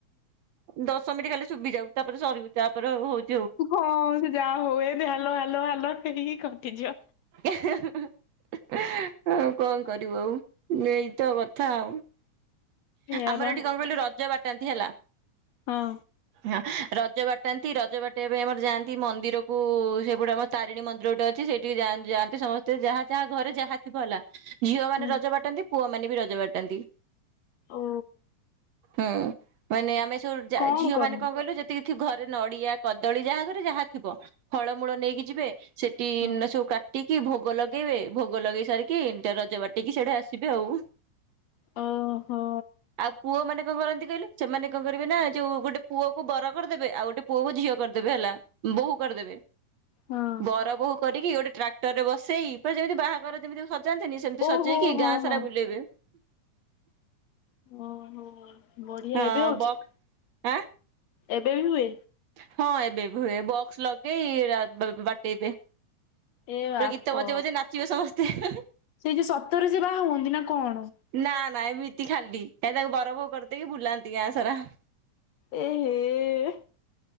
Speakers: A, on the right; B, on the left.
A: ଦଶ ମିନିଟ୍ ଖାଲି ଶୁଭିଯାଉ ତାପରେ ସରିବୁ ତାପରେ ହଉ - ହଉଚି।
B: ହଁ ସେ ଯାହା ହଉ ଏବେ ହଲୋ ହେଲୋ ହେଲୋ ହେଇକି କଟିଯବ।
A: ହଉ କଣ କରିବୁ ଆଉ ଏଇତ କଥା ଆଉ <unintelligible>
B: ଏଇଆ
A: ଆମର
B: ବା
A: ଏଠି କଣ କହିଲୁ ରଜ ବାଟାନ୍ତି ହେଲା।
B: ହଁ।
A: ହଁ ରଜ ବାଟାନ୍ତି ରଜ ବାଟିବା ପାଇଁ ଆମର ଯାଆନ୍ତି ମନ୍ଦିରକୁ ସେପଟେ ଆମର ତାରିଣୀ ମନ୍ଦିର ଗୋଟେ ଅଛି ସେଇଠି ଯାଆନ୍ତି ଯାଆନ୍ତି ସମସ୍ତେ ଯାହା ଯାହା ଘରେ ଯାହା ଥିବ ହେଲା। ଝିଅମାନେ
B: ହୁଁ
A: ରଜ ବାଟାନ୍ତି ପୁଅମାନେ ବି ରଜ ବାଟାନ୍ତି।
B: ଓ।
A: ହୁଁ ମାନେ ଆମେ ସବୁ ଯା
B: କଣ
A: ଝିଅ
B: କରନି
A: ମାନେ କଣ କହିଲୁ ଯେତିକି ଥି ଘରେ ନଡିଆ କଦଳୀ ଯାହା ଘରେ ଯାହା ଥିବ ଫଳମୂଳ ନେଇକି ଯିବେ ସେଠି
B: ହଁ
A: ସବୁ କା କାଟିକି ଭୋଗ ଲଗେଇବେ ଭୋଗ ଲଗେଇ ସାରିକି ଏମିତି ରଜ ବାଟେଇକି ସିଆଡ଼ୁ ଆସିବେ ଆଉ।
B: ଓହୋ।
A: ଆଉ ପୁଅ ମାନେ କଣ କରନ୍ତି କହିଲୁ? ସେମାନେ କଣ କରିବେ ନା ଯୋଉ ଗୋଟେ ପୁଅ କୁ ବର କରିଦେବେ ଆଉ ଗୋଟେ ପୁଅ କୁ ଝିଅ କରିଦେବେ ହେଲା। ବୋହୁ କରିଦେବେ।
B: ହଁ।
A: ବର ବୋହୁ କରିକି ଗୋଟେ ଟ୍ରାକ୍ଟର ରେ ବସେଇ ପ ଯେମିତି ବାହାଘର ଯେମିତି ସଜାନ୍ତିନି ସେମିତି
B: ଓହୋ
A: ସଜେଇକି
B: ହଁ
A: ଗାଁ
B: ହଁ
A: ସାରା ବୁଲେଇବେ।
B: ଓହୋ ବଢିଆ
A: ହଁ
B: ଏବେ ହଉଛି।
A: ବକ୍ ଆଁ
B: ଏବେ ବି ହୁଏ।
A: ହଁ ଏବେ ବି ହୁଏ ବକ୍ସ ଲଗେଇ ବା-ବାଟେଇବେ <unintelligible>
B: ଏ ବାପ
A: ଗୀତ ବଜେଇବେ ଜେ ନାଚିବେ ସମସ୍ତେ <unintelligible>
B: ସେଇ ଯୋଉ ସତରେ ସେ ବାହା ହୁଅନ୍ତି ନା କଣ?
A: ନା ନା ଏମିତି ଖାଲି କାଇଁ ତାଙ୍କୁ ବର ବୋହୁ କରି ଦେଇକି ବୁଲାନ୍ତି ଗାଁ ସାରା
B: ଏ ହେ